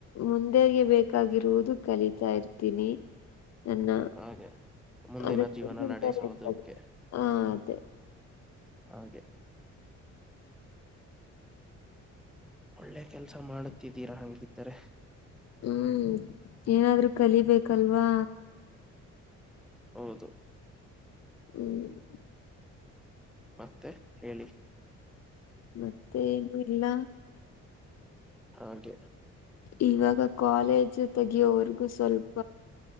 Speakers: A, on the left; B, in the centre.
A: ಮುಂದೆಗೆ ಬೇಕಾಗಿರುವುದು ಕಲಿತಾ ಇರ್ತೀನಿ ಎನ್ನ
B: ಹಾಗೆ ಮುಂದಿನ
A: ಅದಕ್ಕೆಂತರಿ
B: ಜೀವನ ನಡೆಸುವುದಕ್ಕೆ
A: ಅಂತ ಹಾ ಅದೇ
B: ಹಾಗದೆ ಒಳ್ಳೆ ಕೆಲ್ಸ ಮಾಡುತ್ತಿದ್ದೀರಾ ಹಾಗಂಗಿದ್ದಿದ್ದಾರೆ
A: ಹ್ಮ್ ಏನಾದ್ರು ಕಲಿಬೇಕಲ್ವಾ
B: ಹೌದು
A: ಹ್ಮ್ <unintelligible>
B: ಮತ್ತೆ ಹೇಳಿ
A: ಮತ್ತೆ ಏನು ಇಲ್ಲ
B: ಹಾದೆ
A: ಇವಾಗ ಕಾಲೇಜು ತೆಗಿಯೋವರ್ಗು ಸ್ವಲ್ಪ